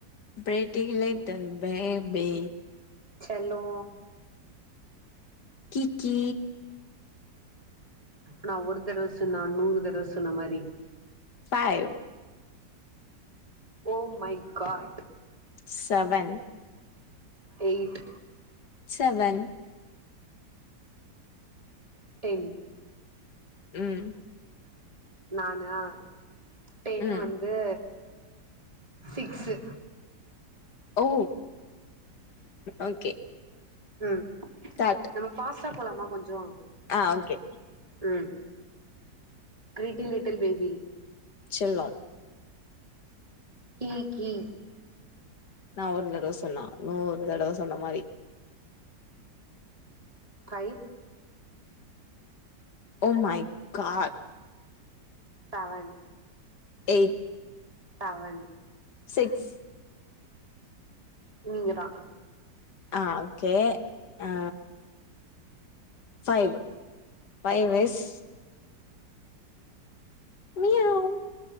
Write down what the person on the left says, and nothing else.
பிரிட்டில் லிட்டல் பேபி
கி கி
ஃபைவ்
சவன்
சவன்
ம்
ம்
ஓ ஓகே
ச்டார்ட்
ஆ ஓகே
செல்லோ
நா ஒரு தடவ சொன்னா நூறு தடவ சொன்ன மாரி
ஓ மை காட்
எய்ட்
சிக்ஸ்
ஆ ஓகே ஆ ஃபைவ்வு ஃபைவ் எஸ் மியாவ்